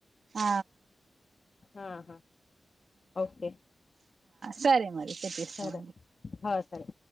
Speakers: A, on the right; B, on the left.
A: ఆ
B: ఆహా ఓకే
A: సరే మరి తెచిస్తామండి
B: సరే ఆ సరే